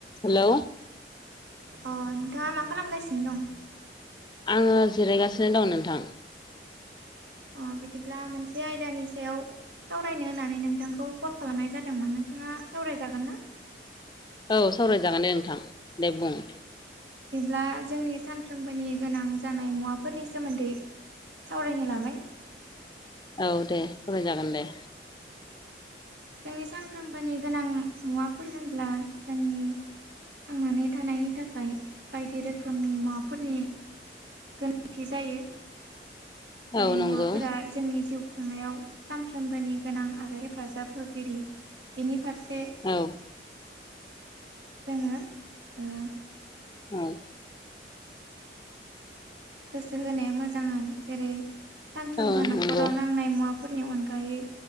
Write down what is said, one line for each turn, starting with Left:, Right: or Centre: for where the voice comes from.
Left: Hello.
Right: अ नोंथाङा मा खालामगासिनो दं?
Left: आङो जिरायगासिनो दं नोंथां।
Right: अ बिदिब्ला मोनसे आयदानि सायाव सावरायनो होननानै नोंथांखौ कल खालामनाय जादोंमोन। नोंथाङा सावरायजागोन ना?
Left: औ सावरायजागोन दे नोंथां दे बुं।
Right: दिब्ला जोंनि सानफ्रोमबोनि गोनां जानाय मुवाफोरनि सोमोन्दै सावरायनो लाबाय।
Left: औ दे सावराय जागोन दे।
Right: जोंनि सानफ्रोमबोनि गोनां मुवाफोर होनब्ला जोंनि थांनानै थानायनि थाखाय बायदि रोखोमनि मुवाफोरनि गोनांथि जायो। जाय
Left: औ
Right: मुवाफोरा
Left: नंगौ
Right: जोंनि जिउ खुंनायाव सानफ्रोमबोनि गोनां आरो हेफाजाब होगोन‌। गिरि बेनि फारसे
Left: औ।
Right: जोङो ओ
Left: उम।
Right: गोसो होनाया मोजां आरो जेरै सानफ्रोमबो
Left: औ
Right: न'खराव
Left: नंगौ
Right: नांनाय मुवा फोरनि अनगायै